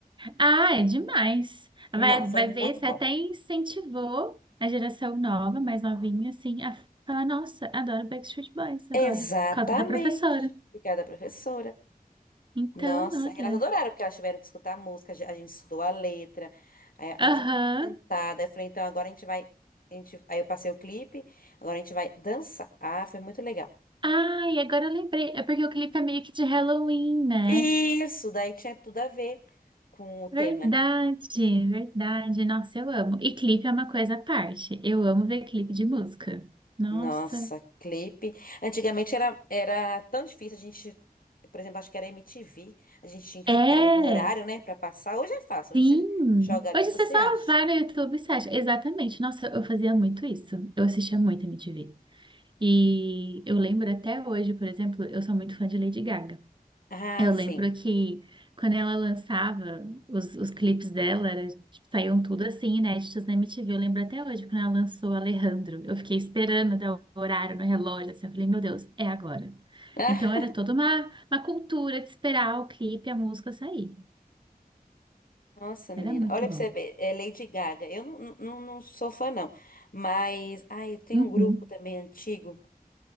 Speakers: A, on the right; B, on the left.
A: Ah, é demais.
B: Não,
A: Vai,
B: foi
A: vai
B: muito
A: ver, você
B: bom.
A: até incentivou a geração nova, mais novinha, assim, a falar: Nossa, adoro Backstreet Boys agora,
B: Exatamente.
A: por causa da professora.
B: Obrigada, professora.
A: Então,
B: Nossa,
A: olha.
B: e elas adoraram, porque elas tiveram que escutar a música, a gen- a gente estudou a letra, a,
A: Aham.
B: a gente aprendeu a cantar. Daí eu falei, então agora a gente vai. A gente, aí eu passei o clipe, agora a gente vai dançar. Ah, foi muito legal.
A: Ai, agora eu lembrei. É porque o clipe é meio que de Halloween, né?
B: Isso, daí tinha tudo a ver com o tema,
A: Verdade,
B: né?
A: verdade. Nossa, eu amo. E clipe é uma coisa à parte. Eu amo ver clipe de música. Nossa.
B: Nossa, clipe. Antigamente era, era tão difícil a gente, por exemplo, acho que era MTV, a gente tinha que
A: É,
B: ficar ali no horário, né, Pra passar. Hoje é fácil,
A: sim.
B: hoje você joga ali
A: Hoje
B: e você
A: você só
B: acha.
A: vai no YouTube e você acha. Exatamente. Nossa, eu fazia muito isso. Eu assistia muito MTV. E eu lembro até hoje, por exemplo, eu sou muito fã de Lady Gaga.
B: Ah,
A: Eu
B: sim.
A: lembro que quando ela lançava os, os clipes dela, era, tipo, saíam tudo assim, inéditos na MTV. Eu lembro até hoje, quando ela lançou Alejandro. Eu fiquei esperando dar o horário no relógio, assim, eu falei, meu Deus, é agora.
B: Ah,
A: Então era toda uma, uma cultura de esperar o clipe, e a música sair.
B: nossa, menina.
A: Era muito
B: Olha pra
A: bom.
B: você ver, é Lady Gaga. Eu não, não, não não sou fã, não. Mas, ai, tem
A: Uhum.
B: um grupo também antigo.